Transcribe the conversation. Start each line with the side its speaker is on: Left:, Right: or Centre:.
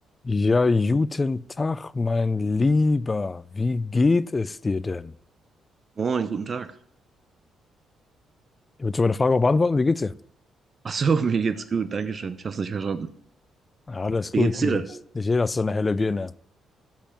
Left: Ja, guten Tag, mein Lieber. Wie geht es dir denn?
Right: Moin, guten Tag.
Left: Ich würde meine Frage auch beantworten. Wie geht's dir?
Right: Ach so, <laughs> mir geht's gut, Dankeschön. Ich hab's nicht verstanden.
Left: Ja, Alles gut.
Right: Wie geht's dir
Left: Nicht,
Right: denn?
Left: nicht jeder ist so eine helle Birne.